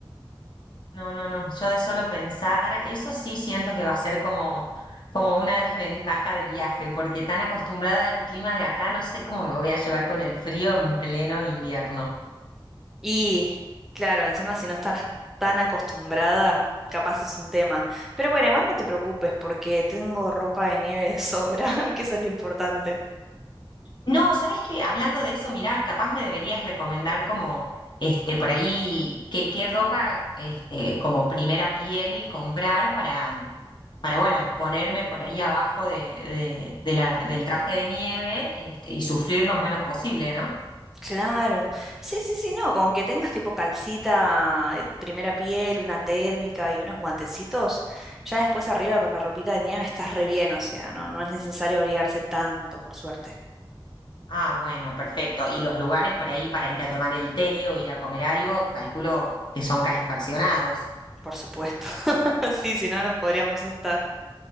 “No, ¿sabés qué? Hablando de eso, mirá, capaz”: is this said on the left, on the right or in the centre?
Left